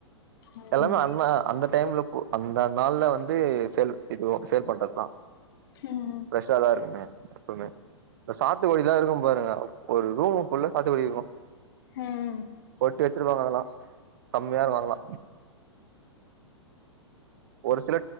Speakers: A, on the left; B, on the right.
A: ம்
B: எல்லாமே அ அந்த டைம்ல உ அந்த நாள்ல வந்து சேல் இதுவு சேல் பண்றதா
A: ம்
B: ஃப்ரஷாதா இருக்குமே எப்பவுமே இந்த சாத்துக்குடிலா இருக்கு பாருங்க அ ஒரு ரூம் புல்லா சாத்துக்குடி இருக்கு
A: ம்
B: போட்டி வச்சிருக்காங்க அதலா கம்மியா இருக்கு அதலா ஒரு சில